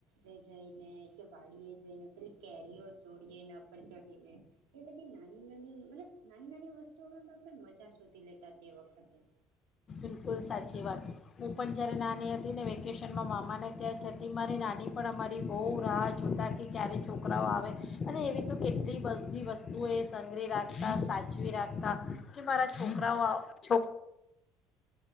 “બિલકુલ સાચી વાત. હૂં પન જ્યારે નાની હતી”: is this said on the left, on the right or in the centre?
Left